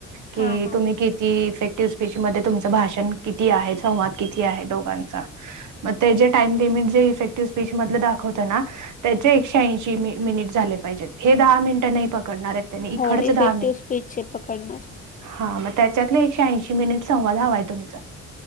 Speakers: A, on the right (about 75°); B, on the left (about 30°).
A: कि
B: हा हा
A: तुम्ही किती? ती इफेक्टिव स्पीच मध्ये तुमचं भाषण किती आहे संवाद किती आहे दोघांचा मग ते जे टाइम लिमट ज इफेक्टिव स्पीच मध दाखवत ना? त्याचे एकशे ऐंशी मिनिट झाले पाहिजेत हे दहा मिनिटं नाही पकडणार आहेत. त्यांनी इकडचं
B: हो इफेक्टिव्ह
A: दहा मिनिट
B: स्पीजचे पकडण्या
A: हा मग त्याच्यातलं एकशे ऐंशी मिनिट संवाद हवाय तुमचा